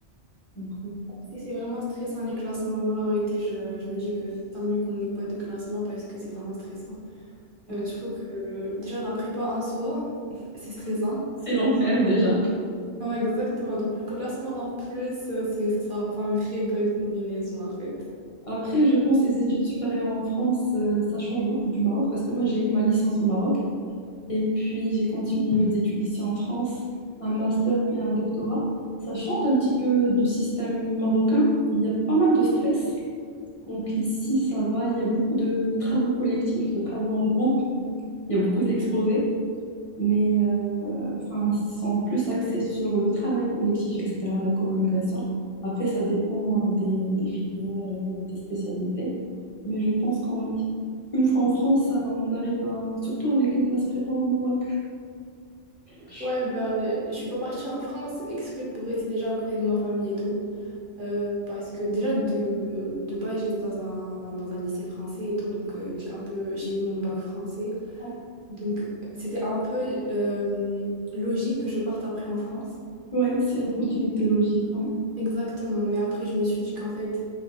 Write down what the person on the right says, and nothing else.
C'est c'est vraiment stressant les classements. Moi, la vérité, je, je me dis que tant mieux qu'on n'ait pas de classement parce que c'est vraiment stressant.
Euh, surtout que euh, déjà la prépa en soi, <laughs> c'est stressant.
Ouais, exactement. Donc le classement en plus, euh, c'est- ça sera pas une très bonne combinaison en fait.
Ouais, bah, euh, je suis pas partie en France exprès pour rester déjà à côté de ma famille et tout. Euh, parce que déjà de, de base j'étais dans un, dans un lycée français et tout donc euh, j'ai un peu j'ai eu mon bac français
donc c'était un peu euh, logique que je parte après en France
exactement mais après je me suis dit qu'en fait